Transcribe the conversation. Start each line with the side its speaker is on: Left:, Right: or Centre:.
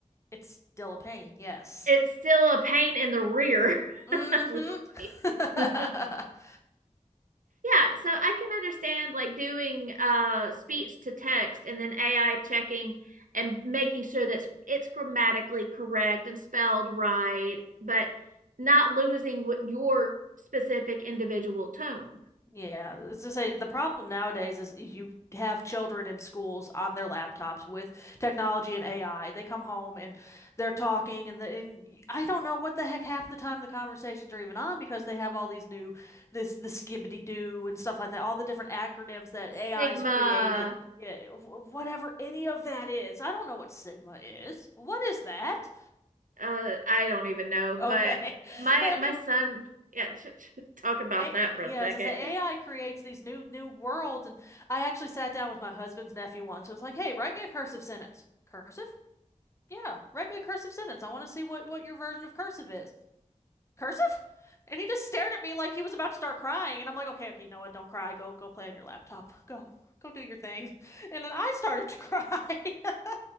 Left: It's still a pain, yes.
Right: it's still a pain in the rear,
Left: hmm
Right: <laughs> literally.
Left: <laughs>
Right: Yeah, so I can understand like doing uh speech to text and then AI checking and making sure that it's grammatically correct and spelled right, but not losing what your specific individual tone.
Left: Yeah, as I say, the problem nowadays is you have children in schools on their laptops with technology and AI. They come home and they're talking, and, the, and y- I don't know what the heck half the time the conversations are even on because they have all these new this the skibbity doo and stuff like that, all the different acronyms that AI's
Right: Sigma,
Left: created, yeah, wh- whatever any of that is. I don't know what Sigma is. What is that?
Right: uh, I don't even know, but
Left: Okay, <laughs>
Right: my
Left: but I
Right: my
Left: mean.
Right: son, yeah, <laughs> talk about
Left: A
Right: that for
Left: yeah,
Right: a second.
Left: as I say, AI creates these new new worlds, and I actually sat down with my husband's nephew once. I was like, "Hey, write me a cursive sentence." Cursive? Yeah, write me a cursive sentence. I want to see what what your version of cursive is. Cursive? And he just stared at me like he was about to start crying, and I'm like, "Okay, okay, you know what? Don't cry. Go go play on your laptop. Go go do your thing." <laughs> And then I started to cry. <laughs>